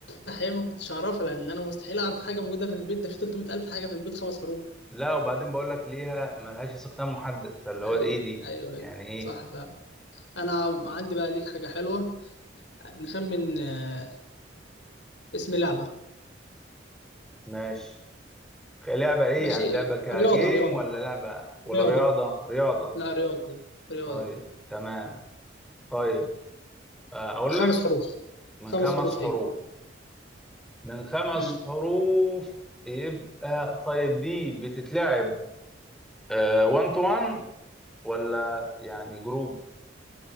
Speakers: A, on the left (about 70°); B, in the centre.
A: الحقيقي ما كنتش اعرفها لان انا مستحيل اعرف حاجه موجوده في البيت ده في 300 الف حاجه في البيت خمس حروف
B: لا وبعدين بقول لك ليها ملهاش استخدام محدد فاللي
A: ايوه
B: هو ايه دي
A: ايوه ايوه
B: يعني ايه
A: صح فعلا انا عندي بقى ليك حاجه حلوه نخمن آه، اسم لعبه
B: ماشي لعبة ايه
A: ماشي
B: يعني لعبة كجيم
A: رياضه رياضه
B: ولا لعبة ولا
A: رياضه
B: رياضة رياضة
A: لا رياضه رياضه
B: طيب تمام طيب آه، اقول
A: خمس
B: لك
A: حروف
B: من
A: خمس
B: خمس
A: حروف
B: حروف
A: هي
B: من خمس
A: امم
B: حروف يبقى طيب دي بتتلعب آه 1 تو 1 ولا يعني جروب